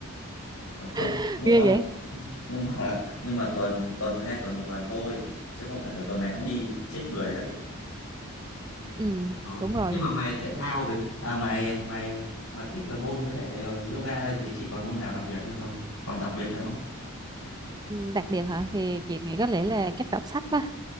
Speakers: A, on the left (about 65°); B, on the right (about 15°).
A: <laughs>
B: <laughs>
A: nhưng
B: ghê
A: mà
B: vậy
A: nhưng mà nhưng mà tuần tuần hai tuần một lần thôi chứ không phải là tuần nào cũng đi chết người đấy
B: ừ
A: đó
B: đúng rồi
A: nhưng mà ngoài thể thao với à, ngoài ngoài ngoài pickleball với lại ờ, yoga ra thì chị còn môn nào đặc biệt hơn không còn đặc biệt nữa không
B: ừ, đặc biệt hả thì chị
A: ừ.
B: nghĩ có lẽ là chắc đọc sách quá